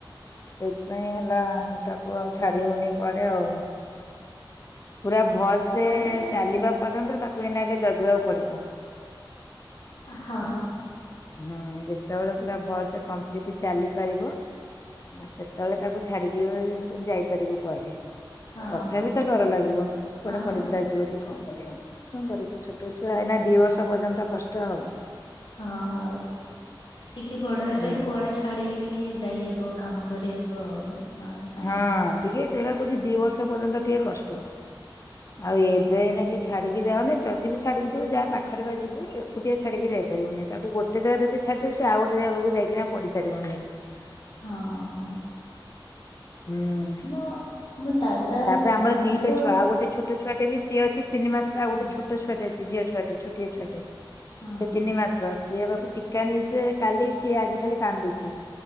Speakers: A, on the left (about 35°); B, on the left (about 65°).
A: ସେଇଥିପାଇଁ ହେଲା, ତାକୁଆଉ ଛାଡି ହଉନି କୁଆଡେ ଆଉ। ପୁରା ଭଲସେ
B: କୁଆଡେ ତ ଛାଡିବ।
A: ଚାଲିବା ପର୍ଯ୍ୟନ୍ତ ତାକୁ ଏଇନାକେ ଜଗିବାକୁ ପଡିବ।
B: ହଁ।
A: ହୁଁ ଯେତେବେଳେ ପୁରା ଭଲସେ କମ୍ପ୍ଲିଟ ଚାଲିପାରିବ ସେତେ ତଳେ ତାକୁ ଛାଡିକି ଯାଇପାରିବ କୁଆଡେ
B: ହଉ
A: ତଥାପି ତ ଡର ଲାଗୁଛି। ପୁଅ
B: ହଉ
A: କୁଆଡେ ପଡି ପୁଡା ଯିବ କି କଣ କରିବ। କଣକରିବୁ ଛୋଟ ଛୁଆ ଏଇନା ଦି ବର୍ଷ ପର୍ଯ୍ୟନ୍ତ କଷ୍ଟ ଆଉ।
B: ହଁ ଆଉ ଟିକେ ବଡ ହେଲେ
A: ହୁଁ
B: ଏ କୁଆଡେ ଛାଡିକି ଟିକେ ଯାଇହବ କାମ କରିହବ ଆଉ। ନହେଲେ କାଇଁ
A: ହଁ
B: ହବ।
A: ଟିକେ ସେଇବା କହୁଛି ଦି ବର୍ଷ ପର୍ଯ୍ୟନ୍ତ ଟିକେ କଷ୍ଟ। ଆଉ ଏବେ ଏଇନାକେ
B: ହୁଁ।
A: ଛାଡିକି ଯାଉନି ଯଦି ବି ଛା ଡିକି ଯିବୁ ଯାହା ପାଖରେ ପା ଯିବୁ। ଏକୁଟିଆ ଛାଡି କି ଯାଇପାରିବୁନି ତାକୁ ଗୋଟେ ଜାଗାରେ ଯଦି ଛାଡିଦବୁ ସେ ଆଉ ଗୋଟୋ ଜାଗାରେ ଯାଇକିନା ପଡିସାରିବଣି।
B: ହଁ
A: ହୁଁ
B: ମୁଁ ମୁଁ ଦାଦା
A: ତାପରେ ଆମର
B: ଦାଦାଙ୍କ-
A: ଦିଟା ଛୁଆ ଆଉ ଗୋଟେ ଛୋଟ ଛୁଆଟେ ବି ସିଏ ଅଛି ତିନି ମାସ ଆଉ
B: ହୁଁ
A: ଗୋଟେ ଛୋଟ ଛୁଆଟେ ଅଛି ଝିଅ ଛୁଆଟେ ଛୋଟିଆ ଛୁଆଟେ ସେ
B: ହଁ ହଁ
A: ତିନି ମାସ। ରସିଆ ବାବୁ ଟୀକା ନେଇଛି ଯେ କାଲି ସିଏ ଆଜି ଖାଲି କାନ୍ଦୁଛି,